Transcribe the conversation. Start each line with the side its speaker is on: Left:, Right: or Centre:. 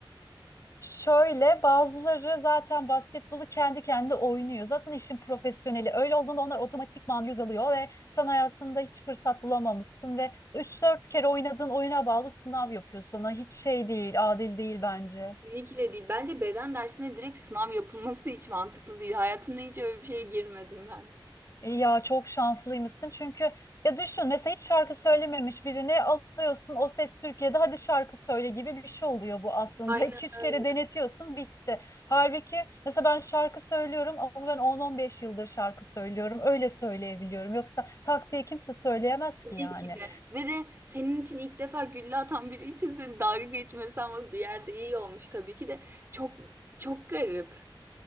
Left: Şöyle bazıları zaten basketbolu kendi kendine oynuyor. Zaten işin profesyoneli. Öyle olduğunda onlar otomatikman yüz alıyor ve sen hayatında hiç fırsat bulamamışsın ve üç dört kere oynadığın oyuna bağlı sınav yapıyor sana. Hiç şey değil, adil değil bence.
Right: Kesinlikle değil. Bence beden dersine direkt sınav yapılması hiç mantıklı değil. Hayatımda hiç öyle bir şeye girmedim ben.
Left: İyi Ya çok şanslıymışsın çünkü ya düşün mesela hiç şarkı söylememiş birini alıyorsun o ses Türkiye'de hadi şarkı söyle gibi bir şey oluyor bu aslında.
Right: Aynen
Left: <laughs> 2-3 kere
Right: öyle.
Left: denetiyorsun bitti. Halbuki mesela ben şarkı söylüyorum ama ben 10-15 yıldır şarkı söylüyorum öyle söyleyebiliyorum yoksa tak diye kimse söyleyemez
Right: Tabii
Left: ki yani.
Right: ki de. Ve de senin için ilk defa gülle atan biri için seni dalga geçmesi ama bir yerde iyi olmuş tabii ki de. Çok çok garip.